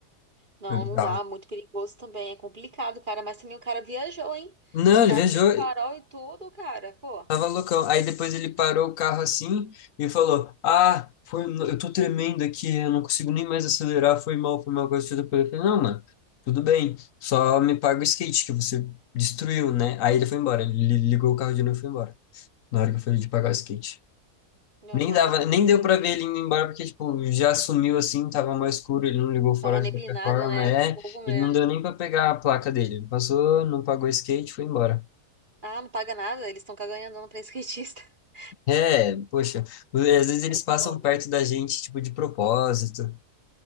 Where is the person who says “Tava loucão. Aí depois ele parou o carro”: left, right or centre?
Left